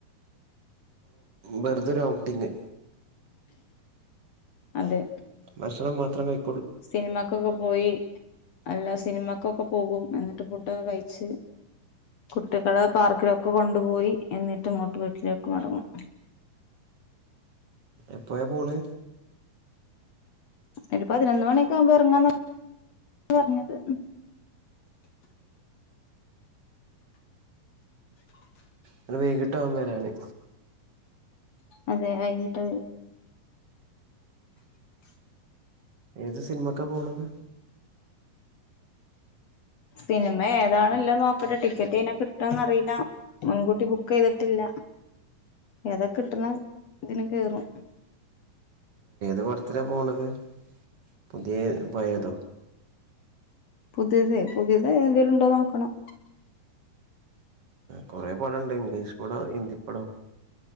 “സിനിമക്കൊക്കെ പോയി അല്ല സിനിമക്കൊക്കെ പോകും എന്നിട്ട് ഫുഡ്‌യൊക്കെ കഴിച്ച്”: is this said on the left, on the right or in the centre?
Left